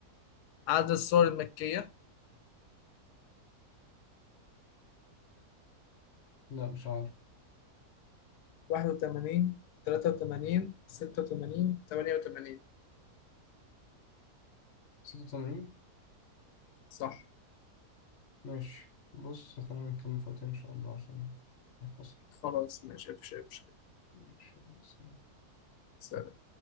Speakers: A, on the left; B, on the left.
A: عدد السور المكية
B: لا مش عارف
A: 81 83 86 88
B: ستة وثمانين
A: صح
B: ماشي بص خلينا نكمل فاتن إن شاء الله عشان هتفصل
A: خلاص ماشي مفيش أي مشكلة
B: ماشي يلا، سلام.
A: سلام